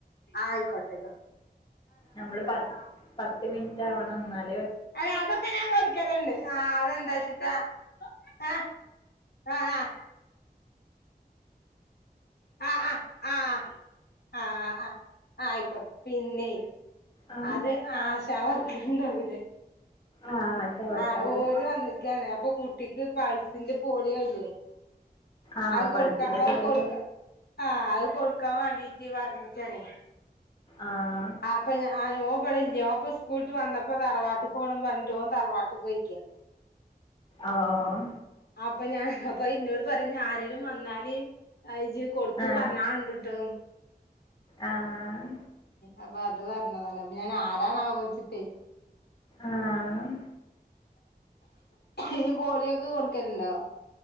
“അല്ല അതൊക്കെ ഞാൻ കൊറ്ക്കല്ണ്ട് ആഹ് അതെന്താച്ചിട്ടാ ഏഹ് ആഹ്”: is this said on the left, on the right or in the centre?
Left